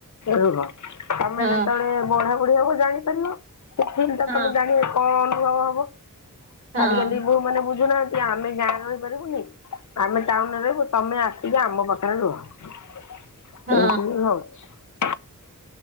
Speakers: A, on the left (about 65°); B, on the right (about 40°).
A: ରହ ତମେ
B: ହଁ
A: ଯେତେବେଳେ ବୁଢ଼ା ବୁଡ଼ି ହବ ଜାଣିପାରିଲ
B: ହଁ
A: ତମେ ଜାଣିବ କଣ କିଆଉ ହବ
B: ହଁ
A: କାଲି ଯଦି ବୋଉ ମାନେ ବୁଝି ନାହାନ୍ତି ଆମେ ଗାଁରେ ରହିପାରିବୁନି ଆମେ ଟାଉନୁରେ ରହିବ ତମେ ଆସିବ ଆମ <unintelligible> ଏମତି ହି
B: ହଁ
A: ହୋଉଚି